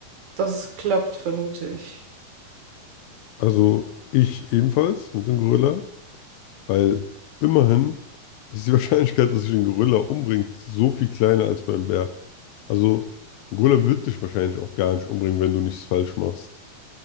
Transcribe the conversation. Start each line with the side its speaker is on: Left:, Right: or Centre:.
Right: dass es klappt, vermute ich.
Left: Also ich ebenfalls mit dem Gorilla, weil immerhin ist die <laughs> Wahrscheinlichkeit, dass sich ein Gorilla umbringt, so viel kleiner als beim Bär. Also ein Gorilla wird dich wahrscheinlich auch gar nicht umbringen, wenn du nichts falsch machst.